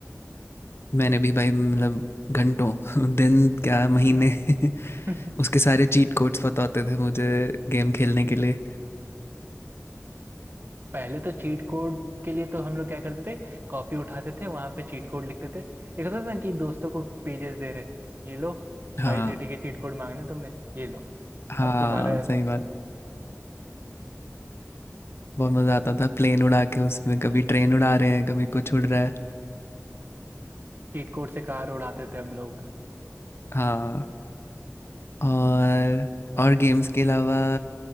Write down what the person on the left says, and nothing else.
मैंने भी भाई मतलब घंटों <laughs> दिन क्या महीने <laughs>
उसके सारे चीट कोड्स पता होते थे मुझे गेम खेलने के लिए
हाँ
हाँ
सही बात बहुत मज़ा आता था प्लेन उड़ा के उसमें कभी ट्रेन उड़ा रहे हैं कभी कुछ उड़ रहा है
हाँ और और गेम्स के अलावा